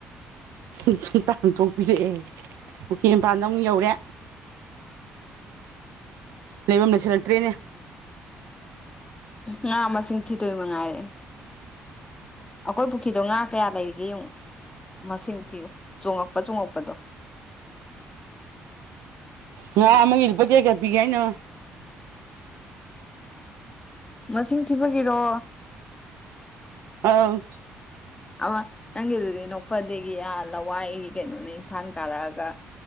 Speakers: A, on the right (about 85°); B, on the left (about 20°).
A: ꯎꯝ ꯑꯝꯇ ꯍꯊꯣꯛꯄꯤꯔꯛꯑꯦ ꯄꯨꯈꯤꯝꯄꯥꯟꯗ ꯃꯨꯛ ꯌꯧꯔꯦ꯫ ꯂꯩꯕꯝ ꯂꯩꯁꯜꯂꯛꯇ꯭ꯔꯦꯅꯦ꯫
B: ꯉꯥ ꯃꯁꯤꯡ ꯊꯤꯗꯣꯏ ꯃꯉꯥꯏꯔꯦ꯫ ꯑꯈꯣꯏ ꯄꯨꯈꯤꯗꯣ ꯉꯥ ꯀꯌꯥ ꯂꯩꯔꯤꯒꯦ ꯌꯦꯡꯉꯣ ꯃꯁꯤꯡ ꯊꯤꯌꯨ ꯆꯣꯡꯉꯛꯄ ꯆꯣꯡꯉꯛꯄꯗꯣ꯫
A: ꯉꯥ ꯑꯃꯗ ꯂꯨꯄꯥ ꯀꯌꯥ ꯄꯤꯒꯦ ꯍꯥꯏꯅꯣ꯫
B: ꯃꯁꯤꯡ ꯊꯤꯕꯒꯤꯔꯣ?
A: ꯑꯪ꯫
B: ꯑ ꯅꯪꯒꯤꯗꯨꯗꯤ ꯅꯣꯛꯐꯗꯦꯒꯤ ꯑ ꯂꯋꯥꯏꯒꯤ ꯀꯩꯅꯣꯅ ꯏꯝꯐꯥꯟ ꯀꯥꯔꯛꯑꯒ꯫